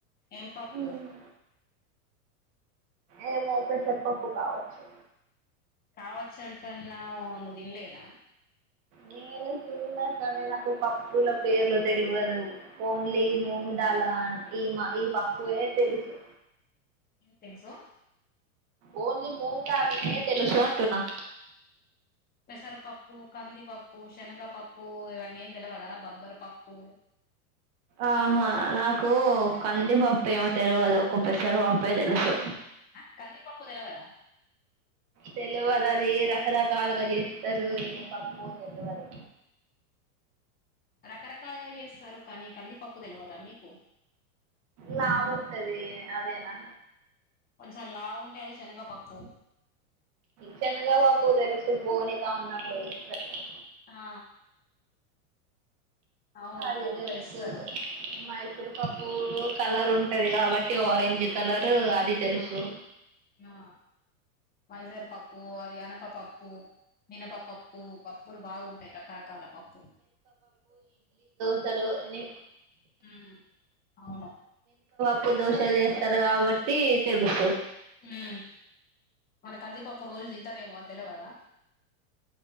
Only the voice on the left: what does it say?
ఏం పప్పు
కావచ్చు అంటన్నావు నువ్వు తినలేదా
ఇంతే సొ
పెసరపప్పు, కందిపప్పు, శనగపప్పు ఇవన్ని ఏం తెలువదా బొబ్బరి పప్పు
ఆ కందిపప్పు తెలవదా
ఆ రకరకాలుగా చేస్తారు కానీ కందిపప్పు తెలియదా మీకు
కొంచెం లావు ఉంటే అది శనగ పప్పు
ఆ అవును
పోపులో
వేస్తారు
ఆ ఆ మైసూర్ పప్పు అది అనపపప్పు మినపపప్పు పప్పులు బాగుంటయి రకరకాల పప్పులు
మ్మ్ అవును
మ్ మన కంది ఒక్క రోజు తింటారేమో తెల్పడా